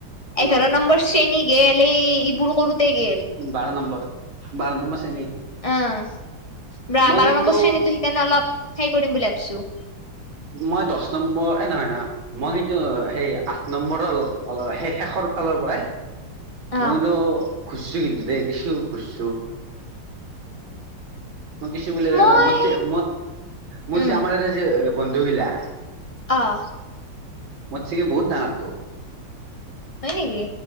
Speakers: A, on the left (about 15°); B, on the right (about 65°).
A: এঘাৰ
B: অ
A: নম্বৰ শ্ৰেণী গেল, এ, এইবোৰ কৰোতে গেল।
B: বাৰ নম্বৰ, বাৰ নম্বৰ শ্ৰেণী।
A: অ' বা
B: মই
A: বাৰ
B: কিন্তু
A: নম্বৰ শ্ৰেণীটো সেইকাৰণে অলপ হে কৰিম বুলি ভাবিছোঁ।
B: মই দহ নম্বৰ এ, নহয় নহয় মই কিন্তু সেই আঠ নম্বৰৰ অ' সেই শেষৰ ফালৰ পৰাই
A: অ
B: মই কিন্তু ঘুৰছোঁ কিন্তু দেই, কিছু ঘুৰছোঁ। মই কিছু <unintelligible>
A: মই
B: মোৰ
A: উম
B: যে আমাৰ তাতে যে বন্ধু গিলা
A: অ'।
B: মোত চেগি বহুত ডাঙৰতো।
A: হয় নেকি,